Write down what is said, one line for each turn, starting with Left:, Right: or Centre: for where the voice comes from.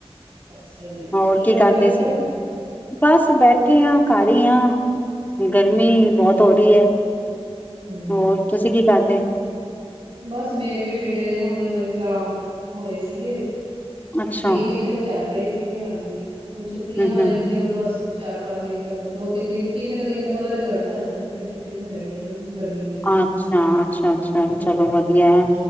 Right: ਅੱਛਾ ਜੀ,
Left: ਹੋਰ ਕੀ ਕਰਦੇ
Right: ਹੋ ਅੱਜ-ਕੱਲ?
Left: ਸੀ। ਬਸ ਬੈਠੇ ਹ ਘਰ ਹੂੰ ਗਰਮੀ
Right: ਅੱਛਾ
Left: ਬਹੁਤ ਹੋ
Right: ਜੀ,
Left: ਰਹੀ ਹੈ।
Right: ਹੂੰ।
Left: ਹੋਰ ਤੁਸੀਂ ਕੀ ਕਰਦੇ,
Right: ਬਸ ਮੇਰੇ ਵੀ ਬੇਟੇ ਦੇ ਹੁਣ ਇਗਜ਼ਾਮ ਹੋਏ, ਸੀਗੇ
Left: ਅੱਛਾ
Right: ਪ੍ਰੀਮਿਡ ਉਹ ਚੱਲ ਰਹੇ ਸੀ। ਸੀਗੇ ਹਾਂਜੀ। ਹੁਣ ਛੁੱਟੀਆਂ
Left: ਹਮ
Right: ਹੋ ਜਾਣਗੀਆਂ
Left: ਹਮ
Right: ਹੁਣ ਬਸ ਚਾਰ-ਪੰਜ ਦਿਨ ਤੱਕ ਦੋ-ਤਿੰਨ ਦਿਨ ਤਿੰਨ ਕੁ ਦਿਨ ਤੱਕ ਉਹਦਾ ਰਿਜਲਟ ਆ ਜਾਣਾ ਫਿਰ ਛੁੱਟਿਆ ਹੀ ਹੋ ਜਾਣੀਆਂ ਉਹਨੂੰ ਗਰਮੀ ਦੀਆਂ।
Left: ਅੱਛਾ, ਅੱਛਾ, ਅੱਛਾ।
Right: ਹੂੰ,
Left: ਚਲੋ, ਵਧੀਆ। ਐਜ਼ੂ